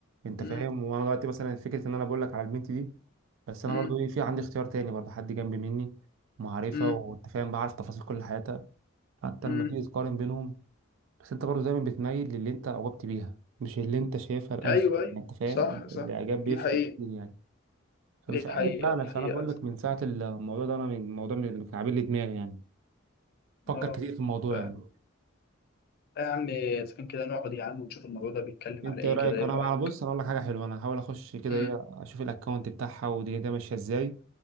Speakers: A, on the right; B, on the left.
A: انت
B: مم.
A: فاهم وانا دلوقتي مثلا فكره ان انا بقول لك على البنت دي بس انا
B: مم.
A: برضو ايه في عندي اختيار تاني برضو حد جنبي مني معرفه
B: مم.
A: وانت فاهم بعرف تفاصيل كل حياتها حتى
B: مم.
A: لما تيجي تقارن بينهم بس انت برضه دايما بتميل للي انت اعجبت بيها مش اللي انت شايفها الانسب
B: ايوه ايوه
A: يعني انت فاهم
B: صح صح
A: الاعجاب بيفرق
B: دي حقيقة
A: كتير يعني فمش
B: دي
A: عارف
B: حقيقة
A: فعلا
B: دي حقيقة
A: فانا بقول
B: صح
A: لك من ساعه الموضوع ده انا من الموضوع من اللي كان عامل لي دماغي يعني فكر
B: اه
A: كتير في الموضوع
B: ف-
A: يعني
B: يا عم اذا كان كده نقعد يا عم ونشوف الموضوع ده بيتكلم
A: انت
B: على ايه
A: ايه رايك
B: كده ايه
A: انا
B: رأيك؟
A: بقى بص انا اقول لك حاجه حلوه انا هحاول اخش كده
B: مم.
A: ايه اشوف الاكونت بتاعها ودي ده ماشيه ازاي